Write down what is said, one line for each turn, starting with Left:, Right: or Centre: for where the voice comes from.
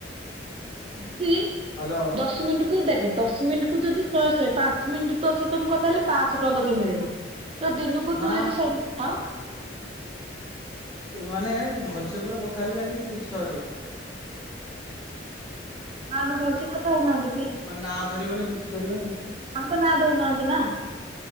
Right: ଦିଦି।
Left: ହାଲୋ।
Right: ଦଶ ମିନିଟ୍ କୁ ଦେଖେ ଦଶ ମିନିଟ୍କୁ ଯଦି ଶହେ ଶହେ, ପାଞ୍ଚ ମିନିଟ୍ ତୋ ସହ ମୁଁ କଥା ହେଲି, ପାଁଶହ ତୋତେ ମିଳିଲା। ତ ଦିନକୁ
Left: ନା
Right: ତୁ ଯଦି ସ ଆଉ
Left: ମାନେ ଭଲସେ ପୁରା କଥା ହେଲେ ଯାଇକି ଶହେ ଟଙ୍କା।
Right: ନା ଆମେ ଭଲସେ କଥା ହଉନାହାନ୍ତି କି?
Left: ମାନେ ନା ଧରିବନି କିଛି କରିବନି।
Right: ଆମ ତ ନାଁ ଧରୁନାହାନ୍ତି ନା।